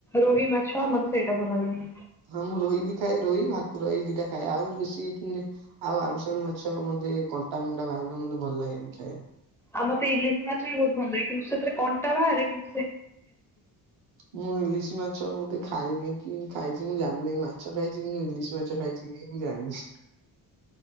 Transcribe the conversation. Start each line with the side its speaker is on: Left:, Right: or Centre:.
Centre: ରୋହି ମାଛ ମତେ ସେଇଟା ଭଲଲାଗେ।
Right: ହଁ ମୁଁ ରୋହି ବି ଖାଏ ରୋହି ଭାକୁର ଏଇ ଦିଟା ଖାଏ ଆଉ ବେଶୀ ତ ଏମିତି ଆଉ ଆଡୁ ସାଡୁ ମାଛ ମ ମତେ କଣ୍ଟା ମଣ୍ଡା ବାହାର କରିବାକୁ ମତେ ଭଲ ଲାଗେନି ଖାଇବାକୁ।
Centre: ଆମକୁ ଇଲିଶି ମାଛ ବି ବୋହୁତ ଭଲଲାଗେ କିନ୍ତୁ ସେଥିରେ କଣ୍ଟା ବାହାରେ କିନ୍
Right: ମୁଁ ଇଲିଶି ମାଛ ବୋଧେ ଖାଇନି। କି ଖାଇଚି ମୁଁ ଜାଣିନେଇ ମାଛ ଖାଇଚି କିନ୍ତୁ ଇଲିଶି ମାଛ ଖାଇଚି କି ମୁଁ ଜାଣନି।